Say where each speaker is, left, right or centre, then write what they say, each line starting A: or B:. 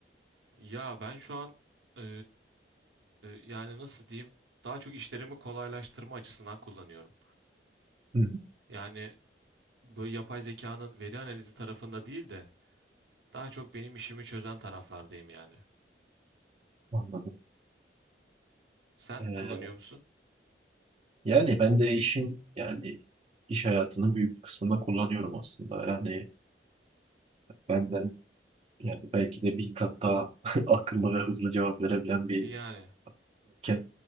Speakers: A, on the right; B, on the right.
A: Ya ben şu an eee, yani nasıl diyeyim? Daha çok işlerimi kolaylaştırma açısından kullanıyorum.
B: Hı,
A: Yani böyle yapay zekanın veri analizi tarafında değil de daha çok benim işimi çözen taraflardayım yani.
B: anladım.
A: Sen
B: Ee,
A: kullanıyor musun?
B: Yani ben de işin yani iş hayatının büyük bir kısmında kullanıyorum aslında. Yani benden yani belki de bin kat daha <laughs> akıllı ve hızlı cevap verebilen bir
A: Yani
B: şirket